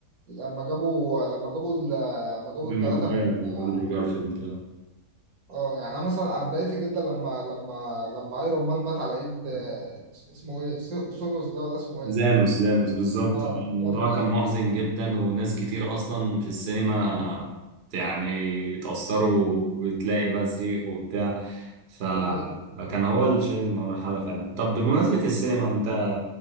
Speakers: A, on the right; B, on the right.
A: لما جابوا لما جابوا ال- لما جابوا
B: توبي
A: التلاتة
B: ماجواير
A: من اه
B: واندرو جارفيلد
A: آه، يعني أنا مثلا اتضايقت جدا لما لما لما أيرون مان مات على إيد آه، اسمه إيه سو- سولوس ده ولا اسمه
B: زانوس
A: إيه
B: زانوس بالظبط
A: اه
B: الموضوع
A: جانوس
B: كان محزن جدا وناس كتير اصلا في السينما يعني اتأثروا وتلاقي بقى صريخ وبتاع فكان
A: ده حقيقي
B: هو اللي شايل المرحلة فعلا طب بمناسبة السينما انت